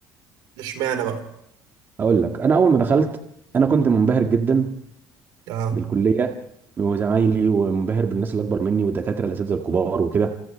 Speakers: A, on the right; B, on the right.
A: اشمعنى بقى
B: اقول لك انا اول ما دخلت انا كنت منبهر جدا
A: اه
B: بالكليه وزمايلي ومنبهر بالناس اللي اكبر مني والدكاتره الاساتذه الكبار وكده ما